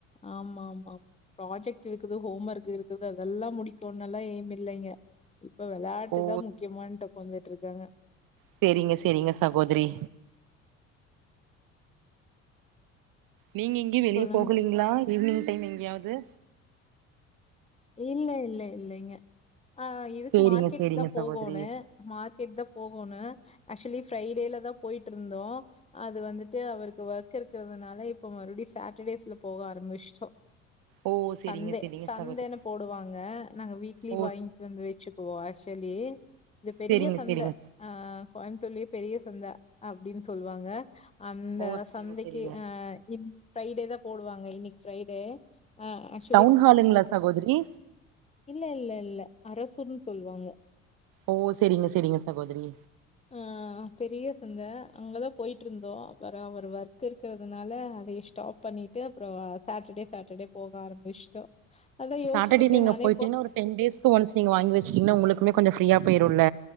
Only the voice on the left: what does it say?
ஆமாம்மா ப்ராஜெக்ட் இருக்குது ஹோம் ஒர்க் இருக்குது அதெல்லா முடிக்கனுலா ஏம் இல்லைங்க இப்ப வெளையாட்டுதா
முக்கியமானட்டு ஒக்காந்துட்ருக்காங்க
சொல்லுங்க.
இல்ல இல்ல இல்லைங்க ஆ இதுக்கு
மார்க்கெட்டுக்கு
தா போகோணு
மார்க்கெட் தா போகோணு ஆக்சுவலி ஃப்ரை டேல தா போயிட்ருந்தோ அது வந்துட்டு அவருக்கு ஒர்க் இருக்கிறதுனால இப்ப மறுபடி சாட்டர்டேஸ்ல போக ஆரம்மிச்சுட்டோ
சந்தே
சந்தேனு
போடுவாங்க நாங்க வீக்லி
வாங்கிட்டு வந்து வச்சுக்குவோ ஆக்சுவலி இது பெரிய
சந்த
ஆ கோயம்புத்தூர்லயே பெரிய சந்த அப்டின் சொல்லுவாங்க அந்த
சந்தைக்கு
ஆ என் ஃப்ரைடே தா போடுவாங்க இன்னைக்கு ஃப்ரைடே ஆ ஆக்
இல்ல இல்ல இல்ல அரசுன் சொல்லுவாங்க
ஆ ஆ பெரிய சந்த அங்கதா போயட்ருந்தோ அப்பற அவர் ஒர்க் இருக்கிறதுனால அதையு ஸ்டாப் பண்ணிட் ட்டு அப்றோ சாட்டர்டே சாட்டர்டே போக ஆரம்மிச்ட்டோ அதா யோசகச்சுட்டு
இருக்கே
நானே
இப்போ